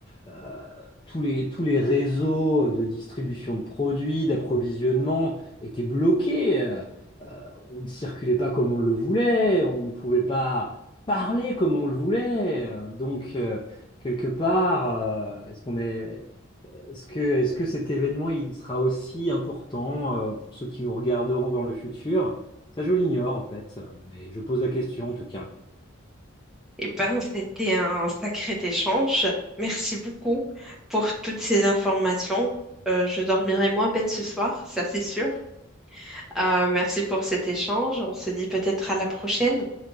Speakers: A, on the left; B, in the centre.
A: euh, tous les, tous les réseaux de distribution de produits, d'approvisionnement étaient bloqués. euh, euh, on ne circulait pas comme on le voulait, on ne pouvait pas parler comme on le voulait. euh, donc, euh, quelque part, euh, est-ce qu'on est... Est-ce que, est-ce que cet événement, il sera aussi important euh, pour ceux qui nous regarderont dans le futur? Ça, je l'ignore en fait, mais je pose la question en tout cas.
B: Eh ben, c'était un sacré échange. Merci beaucoup pour toutes ces informations. Euh, je dormirai moins bête ce soir, ça c'est sûr. Euh, merci pour cet échange. On se dit peut-être à la prochaine.